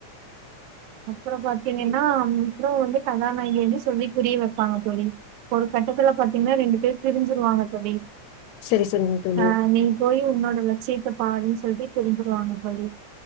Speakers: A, on the right (about 85°); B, on the left (about 80°).
A: அப்புற பாத்தீங்கன்னா இவரு வந்து கதாநாயகி வந்து சொல்லி புரிய வைப்பாங்க தோழி ஒரு கட்டத்துல பாத்தீங்கன்னா ரெண்டு பேர் பிரிஞ்சிருவாங்க தோழி
B: சரி சரிங்க தோழி
A: ஆ நீ போய் உன்னோட லட்சியத்த பாருன் சொல்லிட்டு பிரிஞ்சிருவாங்க தோழி